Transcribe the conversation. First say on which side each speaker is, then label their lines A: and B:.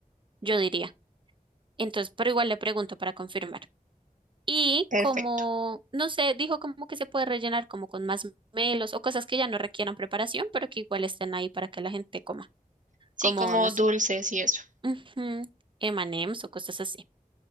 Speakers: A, on the right; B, on the right.
A: Yo diría. Entonces, pero igual le pregunto para confirmar. Y
B: perfecto.
A: como, no sé, dijo como que se puede rellenar como con más melos o cosas que ya no requieran preparación, pero que igual estén ahí para que la gente coma,
B: Sí,
A: como,
B: como
A: no sé,
B: dulces y eso.
A: ujú, M&M's o cosas así.